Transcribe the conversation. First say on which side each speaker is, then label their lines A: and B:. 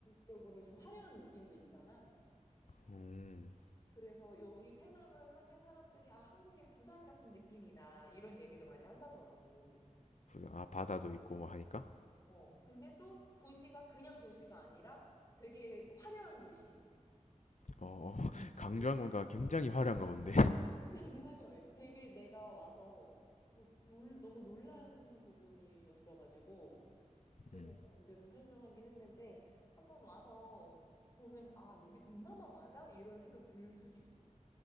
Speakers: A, on the left; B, on the left.
A: 적으로 좀 화려한 느낌도 있잖아.
B: 음.
A: 그래서 여기 페낭을 하면 사람들이 아, 한국의 부산 같은 느낌이다. 이런 얘기를 많이 한다더라고.
B: 아 바다도 있고 뭐 하니까
A: 어. 근데 또 도시가 그냥 도시가 아니라 되게 화려한 도시.
B: 어 어, <laughs> 강조한
A: 어,
B: 건가 굉장히 화려한가 본데 <laughs>
A: 굉장히 화려해. 되게 내가 와서 어, 놀- 너무 놀란 부분이었어가지고. 조금
B: 음,
A: 강조해서 설명하긴 했는데 한번 와서 보면 아 여기 동남아 맞아? 이런 생각 들 수도 있어.